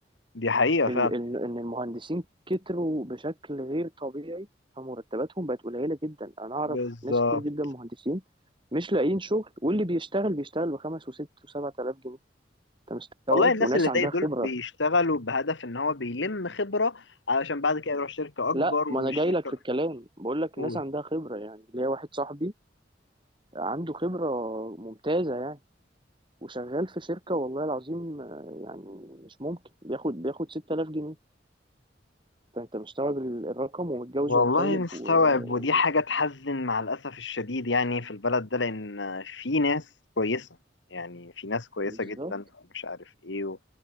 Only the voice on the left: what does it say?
دي حقيقة
فعلا
بالظبط
والله الناس
اللي
زي دول
بيشتغلوا بهدف ان هو بيلم خبرة علشان بعد كده يروح شركة اكبر
ومش
شركة
الاول
والله
مستوعب
ودي حاجة تحزن مع الأسف الشديد يعني في البلد ده لأن في ناس كويسة يعني في ناس كويسة
جدا مش عارف ايه و-